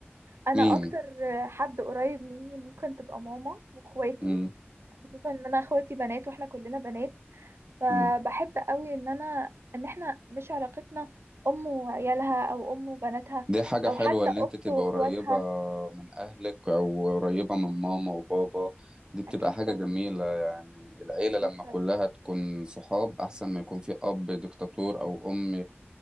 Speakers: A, on the right; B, on the right.
A: انا
B: مين
A: اكتر حد قريب مني ممكن تبقى ماما واخواتي
B: امم
A: خصوصا ان انا اخواتي بنات واحنا كلنا بنات فبحب
B: امم
A: قوي ان انا ان احنا مش علاقتنا ام وعيالها او ام وبناتها
B: دي حاجة
A: او
B: حلوة
A: حتى
B: اللي
A: اخت
B: انت تبقى
A: واخواتها
B: قريبة من اهلك او قريبة من ماما وبابا دي بتبقى
A: اكيد
B: حاجة
A: طبعا
B: جميلة يعني العيلة
A: اكيد
B: لما
A: طبعا
B: كلها تكون صحاب احسن ما يكون في اب ديكتاتور او ام